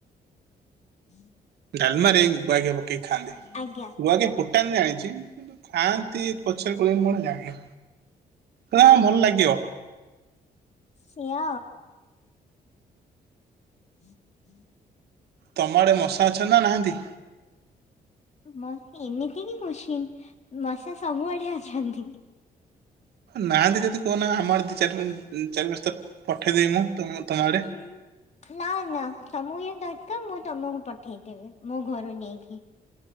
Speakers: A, on the left; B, on the right.
A: <unintelligible>
B: ଡାଲ୍ ମାରେ ଗୁଆଖିଆ ପକେଇକି ଖାଆନ୍ତି,
A: ଆଜ୍ଞା
B: ଗୁଆଗିଆ ଫୁଟାନ୍ତି ଜାଣିଚି କିନ୍ତୁ ଖାଆନ୍ତି ପଛ୍ ଫୁଟାହୁଏ ମୁଁ ଆଉ ଜାଣିନି, ତ ଭଲ ଲାଗିବ?
A: ପୁଅ <unintelligible>
B: ତମ ଆଡ଼େ ମଶା ଅଛନ୍ତି ନା ନାହାଁନ୍ତି?
A: ମଶା ଏମିତି କିି କୋସ୍ଚିନ୍, ମଶା ସବୁଆଡେ ଅଛନ୍ତି।
B: ନାହାନ୍ତି ଯଦି କହୁନା, ଆମର ଦି ଚାରି ଚାରି ପାଞ୍ଚତା ପଠେଇଦେବି ମୁଁ, ତୁ ତୁମ ଆଡେ।
A: ଉଁ, ନା ନା, ତମକୁ ଯଦି ଦରକାର୍, ମୁଁ ତମକୁ ପଠେଇଦେବି, ମୋ ଘରୁ ନେଇକି।